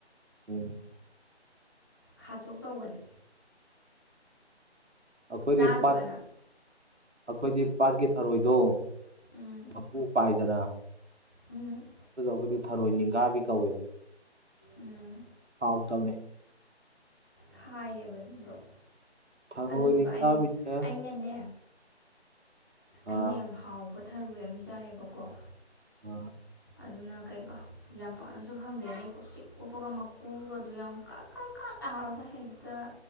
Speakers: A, on the right; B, on the left.
A: ꯑꯣ
B: ꯈꯥꯆꯣꯛ ꯇꯧꯕꯅꯦ
A: ꯑꯩꯈꯣꯏꯗꯤ
B: ꯆꯥꯖꯕꯅ
A: ꯄꯥꯠ ꯑꯩꯈꯣꯏꯗꯤ ꯄꯥꯠꯀꯤ ꯊꯔꯣꯏꯗꯣ
B: ꯎꯝ
A: ꯃꯄꯨ ꯄꯥꯏꯗꯅ
B: ꯎꯝ
A: ꯑꯗꯨꯗ ꯑꯩꯈꯣꯏꯗꯤ ꯊꯔꯣꯏ ꯅꯤꯡꯒꯥꯕꯤ ꯀꯧꯋꯦꯕ
B: ꯎꯝ
A: ꯍꯥꯎꯇꯕꯅꯦ
B: ꯈꯥꯏꯌꯦꯕꯗꯣ
A: ꯊꯔꯣꯏ
B: ꯑꯗꯨꯗꯨꯒ
A: ꯅꯤꯡꯒꯥꯕꯤꯁꯦ
B: ꯑꯩ ꯑꯩꯅꯅꯦ ꯑꯩꯅ
A: ꯑꯥ
B: ꯌꯥꯝ ꯍꯥꯎꯕ ꯊꯔꯨꯏ ꯑꯃ ꯆꯥꯏꯑꯕꯀꯣ
A: ꯑꯣ
B: ꯑꯗꯨꯅ ꯀꯩꯕ ꯌꯥꯝ ꯄꯥꯛꯅꯁꯨ ꯐꯪꯗꯦꯅꯦ ꯀꯨꯞꯁꯤꯛ ꯀꯨꯞꯄꯒ ꯃꯀꯨꯒꯗꯨ ꯌꯥꯝ ꯀꯛ ꯀꯛ ꯀꯛ ꯑꯔꯒ ꯍꯛꯇ